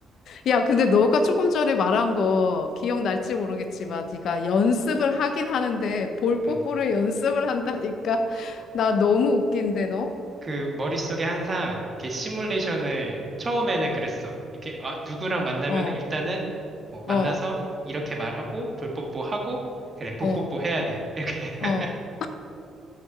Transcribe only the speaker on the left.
야, 근데 너가 조금 전에 말한 거 기억날지 모르겠지만 네가 연습을 하긴 하는데 볼 뽀뽀를
연습을 한다니까. <laughs> 나 너무 웃긴데 너?
어,
어,
어,
어.